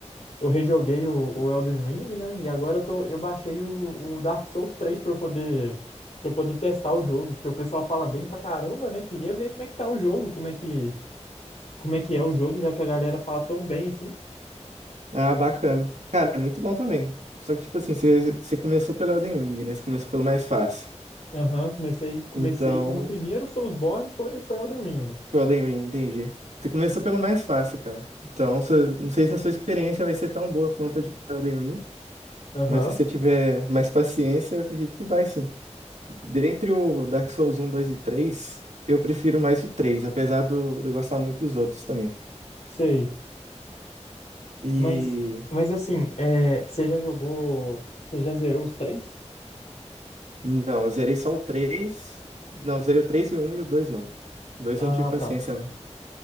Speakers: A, on the left (about 65°); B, on the right (about 75°).
A: eu rejoguei o, o Elden Ring, né? E agora eu tô, eu baixei o, o Dark Souls três pra eu poder, para eu poder testar o jogo, porque o pessoal fala bem pra caramba, né? Queria ver como é que tá o jogo, como é que, como é que é o jogo, já que a galera fala tão bem assim.
B: Ah, bacana. Cara, é muito bom também. Só que, tipo assim, você, você começou pelo Elden Ring, né? Você começou pelo mais fácil.
A: Aham, comecei, comecei.
B: Então,
A: Meu primeiro Soulsborne foi, foi Elden Ring.
B: foi Elden Ring, entendi. Você começou pelo mais fácil, cara. Então, você- não sei se a sua experiência vai ser tão boa quanto a de Elden Ring,
A: Aham,
B: mas se você tiver mais paciência, eu acredito que vai, sim. Dentre o Dark Souls um, 2 e 3, eu prefiro mais o 3, apesar do, de eu gostar muito dos outros também.
A: sei.
B: E
A: Mas, mas assim, é, você já jogou, você já zerou os três?
B: não, eu zerei só o três, Não, eu zerei o 3 e o 1 e o 2 não. O 2
A: Ah,
B: eu não tive paciência,
A: tá.
B: não.